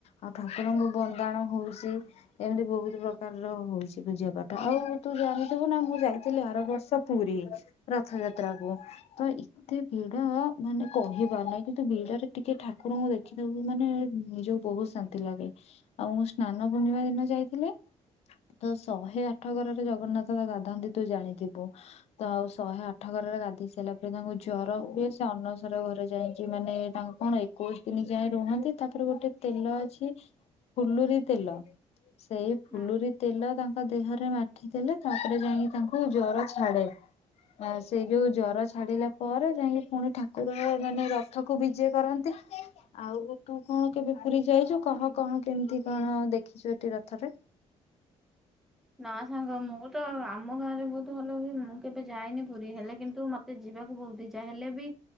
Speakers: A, on the left; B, in the centre.
A: ଆଉ ଠାକୁରଙ୍କୁ ବନ୍ଦାଣ ହଉଚି ଏମତି ବୋହୁତ ପ୍ରକାରର ହଉଚି ପୂଜା ପାଠ। ଆଉ ତୁ ଜାଣିଥିବୁ ନାଁ ମୁଁ ଯାଇଥିଲି ଆର ବର୍ଷ ପୁରୀ ରଥଯାତ୍ରାକୁ। ତ ଏତେ ଭିଡ଼ ମାନେ କହିବାର ନାହିଁ କିନ୍ତୁ ବିଡ଼ାରେ ଟିକେ ଠାକୁରଙ୍କୁ ଦେଖିଦବୁ ମାନେ ଯୋଉ ବୋହୁତ ଶାନ୍ତି ଲାଗେ ଆଉ ମୁଁ ସ୍ନାନ ପୂର୍ଣ୍ଣିମା ଦିନ ଯାଇଥିଲି। ତ ଶହେ ଆଠ ଗରାରେ ଜଗନ୍ନାଥ ଯା ଗାଧାନ୍ତି ତୁ ଜାଣିଥିବୁ ତ ଆଉ ଶହେ ଆଠ ଗ ତର ଗାଧେଇ ସାଇଲା ପରେ ତାଙ୍କୁ ଜର ହୁଏ ସେ ଅନସର ଘରେ ଯାଇଁକି ମାନେ ତା କଣ ଏକୋଉଶ ତିନି ଯାଏଁ ରୁହନ୍ତି ତାପରେ ଗୋଟେ ତେଲ ଅଛି ଫୁଲୁରି ତେଲ ସେଇ ଫୁଲୁରି
B: ହୁଁ।
A: ତେଲ ତା ଅ ଦେହରେ ମାଠି ଦେଲେ ତାପରେ ଯାଇଁକି ତାଙ୍କୁ ଜର ଛାଡ଼େ। ଆ ସେ ଯୋଉ ଜର ଛାଡ଼ିଲା ପରେ ଯାଇଁକି ପୁଣି ଠାକୁର ମାନେ ରଥକୁ ବିଜେ କରନ୍ତି। ଆଉ ତୁ କଣ କେବେ ପୁରୀ ଯାଇଚୁ କହ କଣ କେମତି କଣ ଦେଖିଚୁ ଏଠି ରଥରେ?
B: ନାଁ ସାଙ୍ଗ ମୁଁ ତ ଆମ ଗାଁରେ ବୋହୁତ ଭଲ ହୁଏ ମୁଁ କେବେ ଯାଇନି ପୁରୀ ହେଲେ କିନ୍ତୁ ମତେ ଯିବାକୁ ବୋହୁତ ଇଚ୍ଛା ହେଲେ ବି